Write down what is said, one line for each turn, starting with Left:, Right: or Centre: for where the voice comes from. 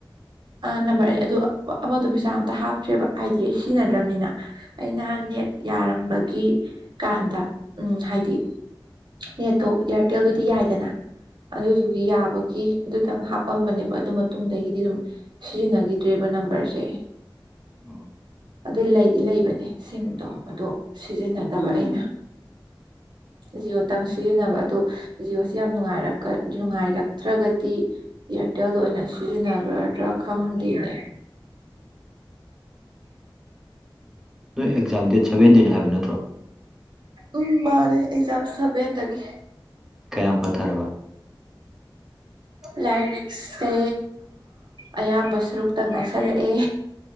Right: ꯑꯥ ꯅꯝꯕꯔ ꯑꯅꯤ ꯑꯗꯨ ꯑꯃꯗꯣ ꯄꯩꯁꯥ ꯑꯝꯇ ꯍꯥꯞꯇ꯭ꯔꯦꯕ ꯍꯥꯏꯗꯤ ꯑꯩ ꯁꯤꯖꯤꯟꯅꯗ꯭ꯔꯕꯅꯤꯅ ꯑꯩ ꯅꯍꯥꯟ ꯅꯦꯠ ꯌꯥꯔꯝꯕꯒꯤ ꯀꯥꯟꯗ ꯎꯝ ꯍꯥꯏꯗꯤ ꯅꯦꯠꯇꯣ ꯏꯌꯥꯔ ꯍꯣꯇꯦꯜꯗꯨꯗꯤ ꯌꯥꯏꯗꯅ
Centre: ꯑꯣ
Right: ꯑꯗꯨꯗꯨꯒꯤ ꯌꯥꯕ ꯒꯤ ꯑꯗꯨꯇꯪ ꯍꯥꯞꯄꯝꯕꯅꯦꯕ ꯑꯗꯨ ꯃꯇꯨꯡꯗꯒꯤꯗꯤ ꯑꯗꯨꯝ ꯁꯤꯖꯤꯟꯅꯈꯤꯗ꯭ꯔꯦꯕ ꯅꯝꯕꯔꯁꯦ
Centre: ꯑꯣ
Right: ꯑꯗꯨ ꯂꯩꯗꯤ ꯂꯩꯕꯅꯦ ꯁꯤꯝꯗꯣ ꯑꯗꯨ ꯁꯤꯖꯤꯟꯅꯗꯕ ꯑꯩꯅ
Centre: <unintelligible>
Right: ꯖꯤꯑꯣꯇꯪ ꯁꯤꯖꯤꯟꯅꯕ ꯑꯗꯣ ꯖꯤꯑꯣꯁꯦ ꯌꯥꯝ ꯅꯨꯡꯉꯔ ꯅꯨꯡꯉꯥꯏꯔꯛꯇ꯭ꯔꯒꯗꯤ ꯑꯦꯌꯥꯔꯇꯦꯜꯗ ꯑꯣꯏꯅ ꯁꯤꯖꯤꯟꯅꯒꯗ꯭ꯔꯥ ꯈꯪꯗꯦꯅꯦ
Centre: ꯅꯣꯏ ꯑꯦꯛꯖꯥꯝ ꯗꯦꯠ ꯁꯚꯦꯟꯇꯤꯟ ꯍꯥꯏꯕ ꯅꯠꯇ꯭ꯔꯣ
Right: ꯎꯝ ꯃꯥꯅꯦ ꯑꯦꯛꯖꯥꯝ ꯁꯚꯦꯟꯗꯒꯤ
Centre: ꯀꯌꯥꯝ ꯄꯊꯔꯕ <unintelligible>
Right: ꯂꯥꯏꯔꯤꯛꯁꯦ ꯑꯌꯥꯝꯕ ꯁꯔꯨꯛꯇ ꯉꯥꯏꯁꯜꯂꯛꯑꯦ